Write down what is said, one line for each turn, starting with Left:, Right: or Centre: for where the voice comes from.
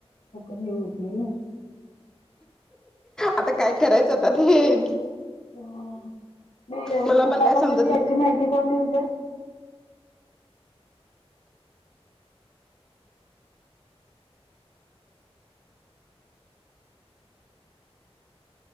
Left: हे होत नाही ना.
Centre: आता काय करायचं आता ते.
Left: हा,
Centre: मला
Left: तुम्हाला
Centre: पण काय समजत
Left: म्हणजे
Centre: नाही
Left: याची माहिती कोण दिलत?